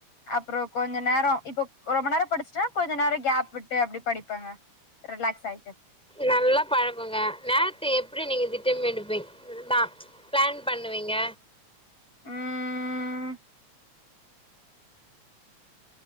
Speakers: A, on the left; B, in the centre.
A: அப்பறோ கொஞ்ச நேரோ இப்போ ஒரு மணி நேரே படிச்சுடா கொஞ்ச நேரோ கேப் விட்டு அப்டி படிப்பேங்க ரிலாக்ஸ் ஆய்ட்டு
B: நல்லா பழக்கோங்க நேரத்த எப்டி நீங்க திட்டமிடுப்பீங் விரும்பா பிளான் பண்ணுவீங்க
A: ம்